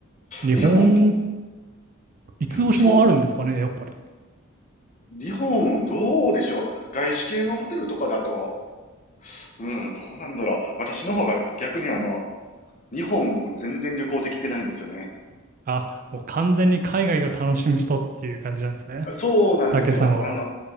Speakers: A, on the right (about 40°); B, on the left (about 35°).
A: 日本、
B: 日本、
A: 五つ星もあるんですかね、
B: そう。
A: やっぱり。
B: 日本、どうでしょう。外資系のホテルとかだと、うん、どうなんだろう。私の方が逆にあの、日本を全然旅行できてないんですよね。
A: あ、もう完全に海外を楽しむ人っていう感じなんですね。
B: そうなんですよ。
A: 竹さんは。
B: あの、